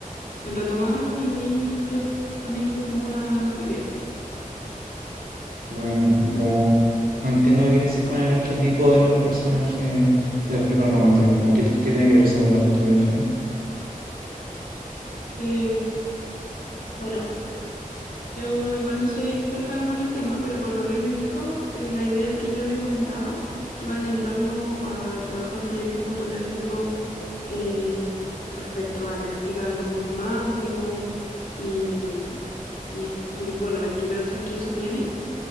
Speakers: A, on the left; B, on the right.
A: en retomarlo y de ahí yo también tuve como una idea.
B: Bueno, y como no entiendo qué quieres decir con el arquetipo de los personajes de las películas románticas, como qué, t- qué tiene que ver eso con la fotografía.
A: Eh, bueno, yo igual no soy experta como en el tema, pero por lo que él me dijo, eh, las ideas que yo le comentaba que iban en torno a trabajar un proyecto fotográfico eh, respecto a la crítica del amor romántico y, y, y, bueno, las implicancias que eso tiene.